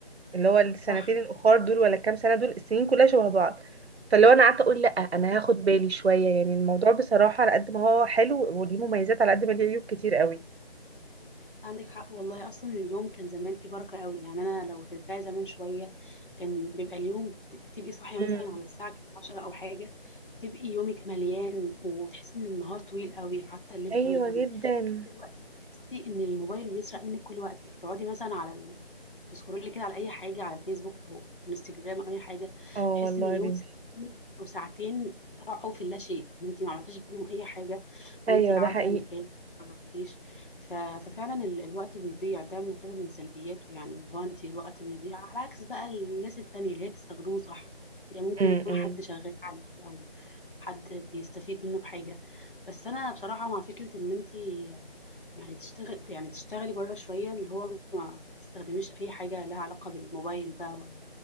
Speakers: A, on the right (about 85°); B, on the left (about 55°).
A: اللي هو السنتين
B: صح
A: الاخر دول ولا الكام سنة دول السنين كلها شبه بعض فاللي هو انا قعدت اقول لا انا هاخد بالي شوية يعني الموضوع بصراحة على قد ما هو حلو وليه مميزات على قد ما ليه عيوب كتير قوي
B: عندك حق والله اصلا اليوم كان زمان فيه بركه قوي يعني انا لو ترجعي زمان شويه كان بيبقى اليوم ت- تبقي صاحيه
A: مم.
B: مثلا على الساعه 10 او حاجه تبقي يومك مليان وتحسي ان النهار طويل قوي وحتى الليل
A: ايوه
B: طويل قوي
A: جدا
B: اما دلوقتي تحسي ان الموبايل بيسرق منك كل وقتك تقعدي مثلا على ال... تسكرولي كده على اي حاجه على الفيسبوك او انستجرام او اي حاجه
A: اه
B: تحسي
A: والله
B: ان اليوم
A: يا بنتي
B: اتسرق منك او ساعتين راحوا في اللا شيء ان انت ما عملتيش بيهم اي حاجه
A: ايوه
B: ان انت قاعده
A: ده حقيقي
B: مكان ما خرجتيش ف- ففعلا ال- الوقت بيضيع ده يعتبر من سلبياته يعني اللي هو انت الوقت بيضيع على عكس بقى الناس التانية اللي هي بتستخدمه صح يعني ممكن
A: امم
B: يكون حد شغال عليه او حد بيستفيد منه في حاجة بس انا بصراحة مع فكرة ان انت يعني تشتغل يعني تشتغلي بره شوية اللي هو ما ما تستخدميش اي حاجة لها علاقة بالموبايل بقى ولا